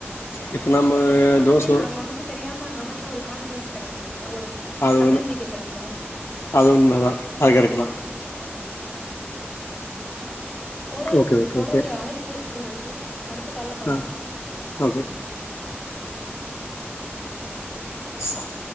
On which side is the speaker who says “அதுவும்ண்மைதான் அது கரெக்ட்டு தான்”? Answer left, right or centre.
Left